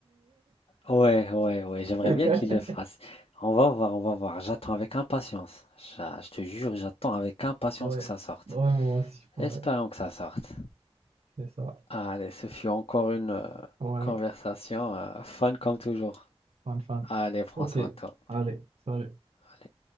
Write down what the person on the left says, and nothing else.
ouais, ouais, ouais. J'aimerais
bien qu'il le fasse. On va voir, on va voir. J'attends avec impatience. Je, je te jure, j'attends avec impatience
que ça sorte.
Espérons que ça sorte.
Allez, ce fut encore une euh,
conversation euh, fun comme toujours.
Allez, François,
à toi.
Allez.